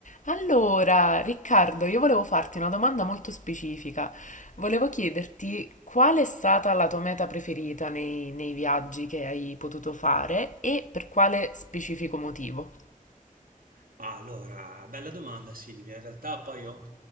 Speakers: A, on the left; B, on the right.
A: Allora, Riccardo, io volevo farti una domanda molto specifica. Volevo chiederti qual è stata la tua meta preferita nei, nei viaggi che hai potuto fare e per quale specifico motivo.
B: Ah, Allora, bella domanda Silvia. In realtà poi io,